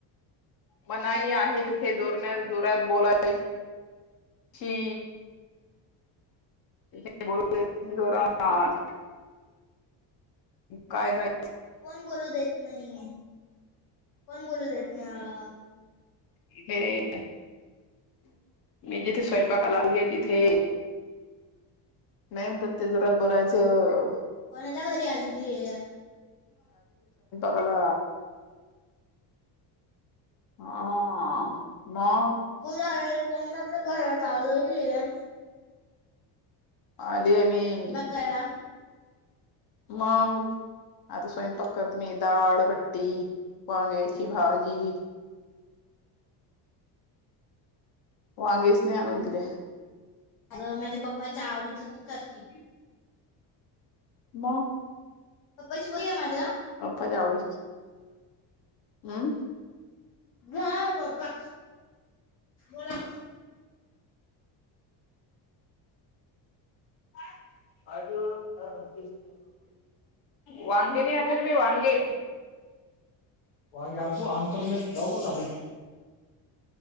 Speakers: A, on the left; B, on the left.
A: मनाई आहे इथे जोरण्या जोरत बोलाय ची. ईथ बोलू शकत नाही जोरात, काय काय
B: कोण बोलू देत नाही कोण बोलू देत नाही.
A: तथे मी जिथे स्वयंपाकाला आली आहे तिथे. नाही म्हते जोरात बोलायचं.
B: कोणाच्या घ आलेलीय.
A: बोला हा. मग
B: कुर आलल कोनाच्या घरात आलेलीय.
A: आली मी.
B: करायला
A: मग. आता स्वयंपाक करते मी डाळ बट्टी वांग्यायची भाजी. वांगेच नाही आणून दिले.
B: अग माझ्या पप्पाच्या आवडीतच करती.
A: मग
B: पप्पाशी बोलूया माझ्या.
A: पप्प जावडे हम्म.
B: घ्याओ पप्पा, बोला.
A: काय. काय ग काय म्हणतीस, वांगे नाही आणले तुम्ही वांगे.
B: वांगे आणतो आणतो लगेच जाऊ का खाली.